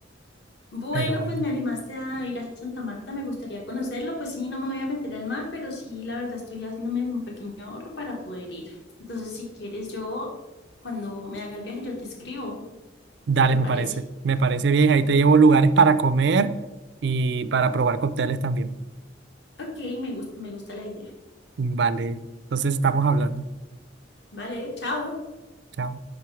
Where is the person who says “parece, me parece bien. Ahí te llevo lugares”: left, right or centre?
Right